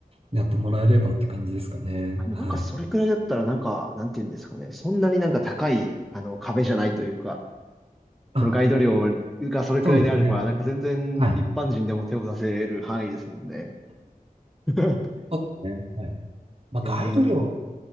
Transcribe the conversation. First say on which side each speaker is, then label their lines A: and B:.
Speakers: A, on the right; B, in the centre.
A: やってもらえればって感じですかね。
B: でもなんかそれくらいだったらなんか、
A: はい。
B: なんて言うんですかね。そんなになんか高い、あの、壁じゃないというか、
A: あ、
B: そのガイド料がそれくらいであれば、
A: そうですね。
B: なんか全然一般人でも手を出せる範囲ですもんね。
A: はい。
B: <laughs>
A: そうですね。はい。まあ、
B: ええ
A: ガイド料